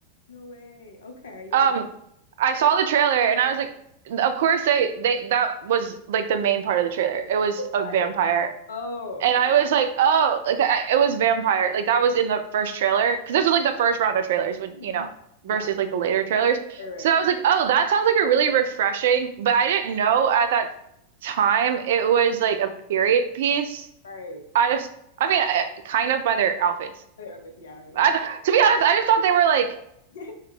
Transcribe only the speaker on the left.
No way. Okay, yeah.
What?
Oh,
okay.
Mhm.
Yeah.
All right.
Right.
Oh, yeah, but yeah, yeah.
yeah.